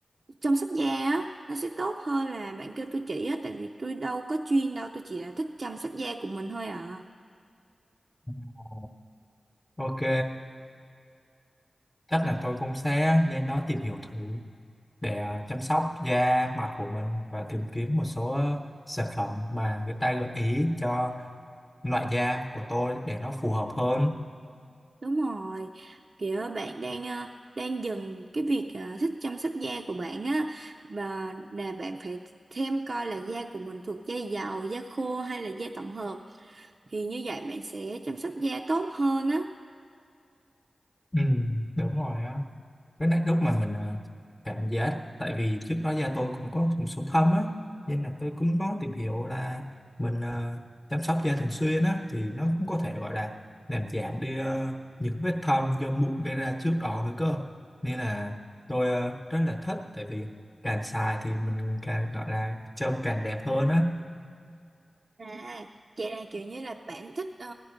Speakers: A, on the right (about 55°); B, on the left (about 15°).
A: chăm sóc da á nó sẽ tốt hơn là bạn kêu tôi chỉ á tại vì tôi đâu có chuyên đâu tôi chỉ là thích chăm sóc da của mình thôi à
B: Ờ, Ok, Chắc là tôi cũng sẽ lên đó tìm hiểu thử để ờ, chăm sóc da mặt của mình và tìm kiếm một số ờ, sản phẩm mà người ta gợi ý cho loại da của tôi để nó phù hợp hơn.
A: đúng rồi kiểu bạn đang ờ, đang dần cái việc ờ, thích chăm sóc da của bạn á mà là bạn phải thêm coi là da của mình thuộc da dầu da khô hay là da tổng hợp thì như vậy bạn sẽ chăm sóc da tốt hơn á
B: Ừ, đúng rồi. á. cái này lúc mà mình à, cảm giác tại vì trước đó da tôi cũng có một số thâm á nên là tôi cũng có tìm hiểu là mình à, chăm sóc da thường xuyên á thì nó cũng có thể gọi là làm giảm đi ờ, những vết thâm do mụn gây ra trước đó nữa cơ nên là tôi ờ, rất là thích tại vì càng xài thì mình càng gọi là trông càng đẹp hơn á
A: À, vậy là kiểu như là bạn thích ờ,